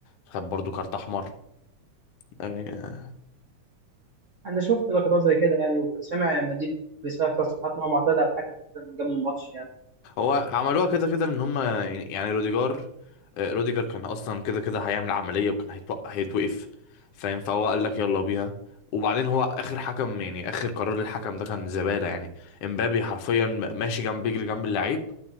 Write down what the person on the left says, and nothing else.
خد برضه كارت احمر يعني
هو عملوها كده كده ان هم يعني يعني روديجار آه، روديجر كان اصلا كده كده هيعمل عملية وكان هيتوق- هيتوقف فاهم فهو قال لك يلا بيها وبعدين هو اخر حكم يعني اخر قرار للحكم ده كان زبالة يعني امبابي حرفيا ماشي جنب بيجري جنب اللعيب